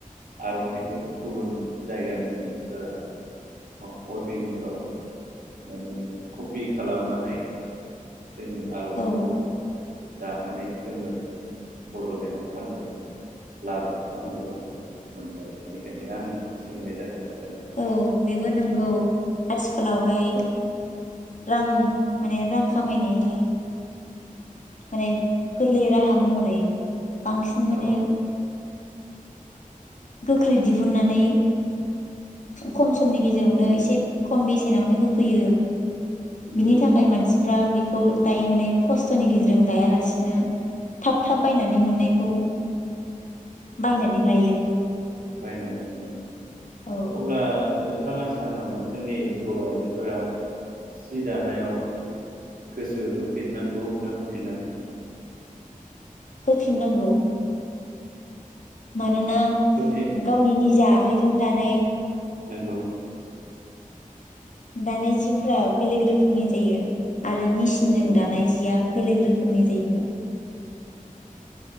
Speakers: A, on the right; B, on the left.
A: आर'नाइखौ गुबुन जायगानि मानसिफोरा औ अइबिंफोराव माने कपि खालामनानै जोंनि आर'नाइखौ
B: औ
A: दानानै जोंनो बड'लेण्डआव फाननो लाबोनायखौ आं गोबां मोनबाय बेनिखायनो आं सोंनाय जादोंमोन।
B: औ बेबो नंगौ। आथिखालावहाय रां माने रां खामायनायनि माने गोरलै राहा महरै बांसिन माने
A: औ
B: गोख्रै दिहुननानै खम समनि गेजेरावनो एसे खम बेसेनावनो होफैयो
A: नंगौ
B: बिनि थाखाय मानसिफ्रा बि खौ दायो माने खस्थ'नि गेजेरजों दायालासेनो थाब थाब बायनानै मोननायखौ बायनानै लायो।
A: बायनानै लायो।
B: औ
A: अब्ला नोंथाङा सानो नामा जोंनि बर' आइजोफोरा सि दानायाव गोसो होफिननांगौ ना होफिननां
B: होफिननांगौ। माने ना
A: होफिन
B: गावनि निजा आखाइजों दानाय
A: नोंगौ।
B: दानाय जिफ्रा बेलेग रोखोमनि जायो आर रो मिसिनजों
A: नंगौ
B: दानाय जिया बेलेग रोख खोमनि जायो।